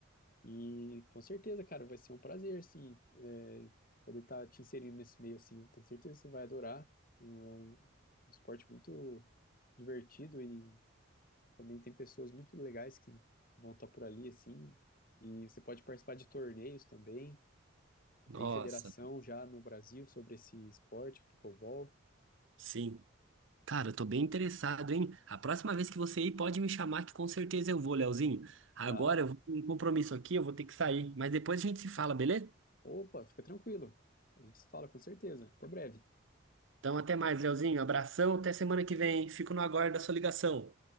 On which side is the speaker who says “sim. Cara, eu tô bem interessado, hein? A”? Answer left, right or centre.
Right